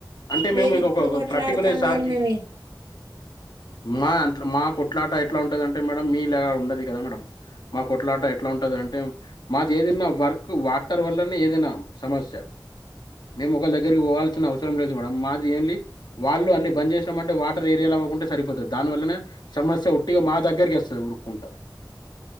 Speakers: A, on the left (about 65°); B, on the right (about 80°).
A: అంటే
B: మీరు
A: మేము ఇక
B: ఇప్పుడు
A: ఒక ఒక
B: కొట్లాడుతానరు
A: పర్టికులర్ సార్కి
B: కాని మేమ్
A: మా అట్ మా కొట్లాట ఎట్లా ఉంటందంటే మేడం మీ లాగా ఉండది కదా మేడ మా కొట్లాట ఎట్లా ఉంటదటే మాది ఏదైన్నా వర్క్ వాటర్ వల్లనే ఏదైనా సమస్య మేము ఒకళ దగ్గరికి పోవాల్సిన అవసరం లేదు మేడం మాది ఏంలీ వాళ్ళు అన్ని బంద్ చేసినాము అంటే వాటర్ ఏరియాలా పోకుంటే సరిపోతుంది దాని వల్లనే సమస్య ఒట్టిగా మా దగ్గరికి వస్తుంది ఉరుక్కుంటా